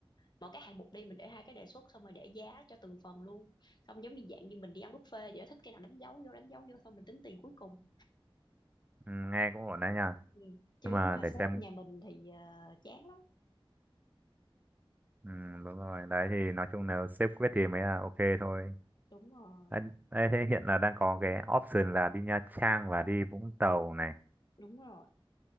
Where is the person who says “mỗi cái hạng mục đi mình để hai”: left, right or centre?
Left